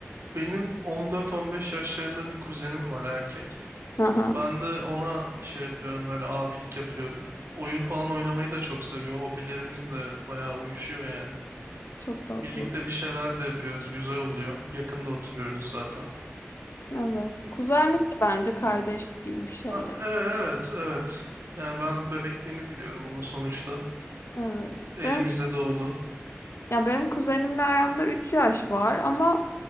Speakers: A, on the right; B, on the left.
A: Benim 14-15 yaşlarında bir kuzenim var erkek.
B: Aha.
A: Ben de ona şey yapıyorum böyle abilik yapıyorum. Oyun falan oynamayı da çok seviyor. Hobilerimiz de bayağı uyuşuyor yani.
B: Çok tatlı.
A: Birlikte bir şeyler de yapıyoruz. Güzel oluyor. Yakında oturuyoruz zaten.
B: Evet. Kuzenlik de bence kardeşlik gibi bir şey.
A: A-
B: ya.
A: e- Evet, evet. Yani ben bebekliğini biliyorum onun sonuçta.
B: Evet.
A: Elimizde
B: Benim,
A: doğdu.
B: ya benim kuzenimle aramda 3 yaş var ama